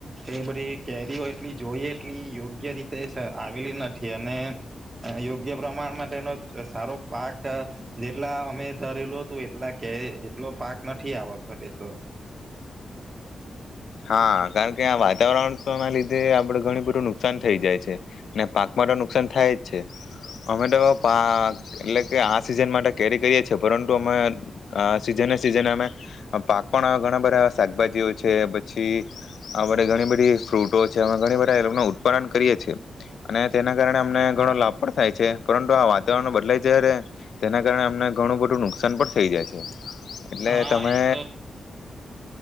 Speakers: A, on the right; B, on the left.
A: એ બધી કેરી એટલી જોઈ એટલી યોગ્ય રીતે આવેલી નથી અને, યોગ્ય પ્રમાણ માટેનો સારો પાક, જેટલા અમે ધરેલું હતું એટલા કે એટલો પાક નથી આ વખતે થયો.
B: હા કારણ કે આ વાતાવરણ ના લીધે આપડ ઘણું બધું નુકસાન થઈ જાય છે ને પાક માટે તો નુકસાન થાય જ છે, અમે તો પા એટલે કે આ સિઝન માટે કેરી કરીએ છે પરંતુ અમે સિઝને સિઝન અમે, પાક પણ ઘણા બધા શાકભાજીઓ છે. છે, પછી આપડ ઘણી બધી ફ્રૂટો છે અમે ઘણી બધા એ ઉત્પાદન કરીએ છીએ. અને તેના કારણે અમને ઘણો પણ થાય છે પરંતુ આ વાતાવરણ બદલાય જ્યારે તેના કારણે અમને ઘણું બધું નુકસાન પણ થઈ જાય છે. એટલે
A: હા
B: તમે
A: એ તો